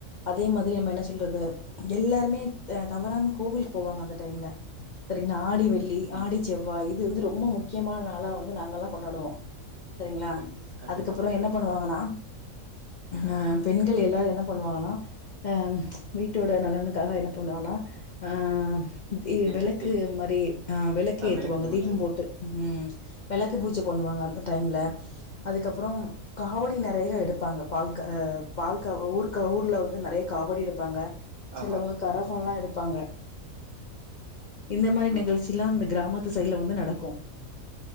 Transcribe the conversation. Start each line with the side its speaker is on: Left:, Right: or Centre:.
Left: அதே மாதிரி நம்ம என்ன சொல்றது எல்லாருமே த தவறாம கோவிலுக்கு போவாங்க அந்த டைம்ல செரிங்கிளா ஆடி வெள்ளி
Right: ம்
Left: ஆடி செவ்வாய் இது வந்து ரொம்ப முக்கியமான நாளா வந்து நாங்கள்லா கொண்டாடுவோ சரிங்கிளா
Right: கண் கண்டிப்பா
Left: அதுக்கப்புற என்ன பண்ணுவாங்கன்னா ஆ பெண்கள் எல்லாரு என்ன பண்ணுவாங்கன்னா ஆ வீட்டோட நலனுக்காக என்ன பண்ணுவனா ஆ தி
Right: தீச்சட்டி
Left: வெளக்கு மாரி ஆ வெளக்கு
Right: அஹ்,
Left: ஏத்துவாங்க
Right: விளக்கு பூஜை
Left: தீபம் போட்டு ம் வெளக்கு பூஜ பண்ணுவாங்க அந்த டைம்ல் அதுக்கப்புற காவடி நெறையா எடுப் பாங்க பால் க பால் க ஊர்கா ஊர்ல வந்து நெறையா காவடி எடுப்பாங்க சிலவங்க
Right: ஆமா சிஸ்டர்
Left: கர கோல்லா எடுப்பாங்க இந்த மாரி
Right: ம்
Left: நிகழ்ச்சில்லா இந்த கிராமத் து சைட்ல வந்து நடக்கும்